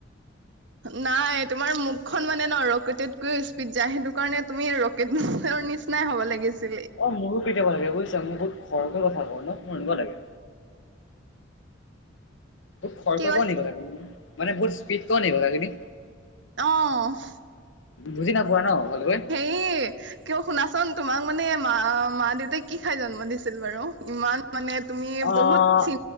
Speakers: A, on the right (about 65°); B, on the left (about 75°).
A: নাই তোমাৰ মুখখন মানে ন ৰকেটতকৈও স্পীড যায় সেইটো কাৰণে তুমি ৰকেট নিচি- নাই হ'ব লাগিছিলে।
B: অঁ মোৰো কেতিয়াবা লাগে বুজিছা, মই বহুত খৰকৈ কথা কওঁ ন মোৰ এনেকুৱা লাগে। বহুত খৰকৈ
A: কি কৈছ
B: কওঁ নি কথাখিনি মানে বহুত স্পীড কও‌ঁ নি কথাখিনি।
A: অঁ।
B: বুজি নাই পোৱা ন ভালকৈ।
A: এ কিয় শুনাচোন তোমাক মানে মা মা দেউতাই কি খাই জন্ম দিছিল বাৰু ইমান- মানে তুমি
B: অ'
A: বহুত চি